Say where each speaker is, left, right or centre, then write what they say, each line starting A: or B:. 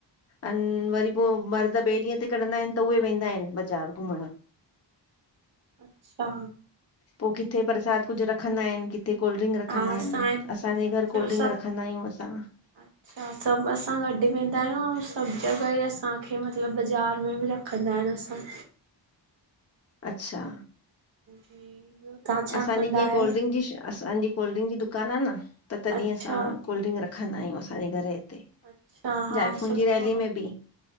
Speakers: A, on the left; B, on the right.
A: अन वरी पो मर्द ॿे ॾींहं ते कढंदा आहिनि त उहे वेंदा आहिनि बाज़ारि घुमणु
B: अच्छा
A: पो किथे परसाद कुझु रखंदा आहिनि किथे प्रसाद कुझु रखंदाईन किथे कोल्ड ड्रिंक रखंदा
B: हा असां
A: आहिनि
B: हिते
A: असांजे
B: त सभु
A: घर कोल्ड ड्रिंक
B: सभु
A: रखंदा आहियूं असां <inaudible>
B: अच्छा सभु असां गॾु वेंदा आहियूं ऐं सभु जॻह ई असांखे मतिलबु बाज़ारि में र <unintelligible> कंदा ऐंन असां
A: अच्छा
B: जी तव्हां छा
A: असांजी
B: कंदा
A: जीअं
B: आहियो
A: कोल्ड ड्रिंक जी शय असांजी कोल्ड ड्रिंक जी दुकानु आ न त तॾहिं
B: अच्छा
A: असां कोल्ड ड्रिंक रखंदा आहियूं असांजे घर हिते
B: अच्छा हा
A: जाइफूनि
B: सुठो
A: जी रैली में ॿि